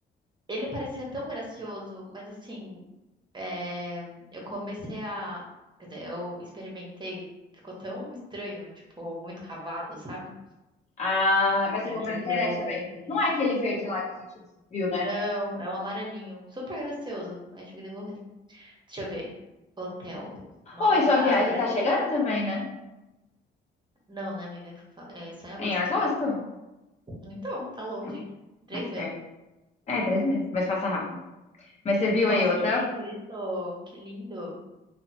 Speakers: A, on the right (about 25°); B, on the left (about 35°).
A: Ele parecia tão gracioso, mas assim, É, eu comecei a. Quer dizer, eu experimentei, ficou tão estranho, tipo, muito cavado, sabe?
B: Ah, mas você
A: Aí
B: comprou
A: eu tive
B: na
A: que
B: internet
A: devolver,
B: também.
A: foi triste.
B: Não é aquele verde
A: Foi.
B: lá que a gente viu, né?
A: Não, é um amarelinho, super gracioso. Aí eu tive que devolver. Deixa eu ver. Hotel. Nossa,
B: Oi, sua viagem
A: parece
B: tá chegando
A: de filme.
B: também, né?
A: Não, né, amiga? Fa- É só em agosto.
B: É Em agosto?
A: Então, tá longe
B: Tá
A: ainda. Três
B: mais
A: meses.
B: perto. É, três meses, mas passa rápido. Mas você viu
A: Nossa,
B: aí o hotel?
A: que lindo isso! Que lindo!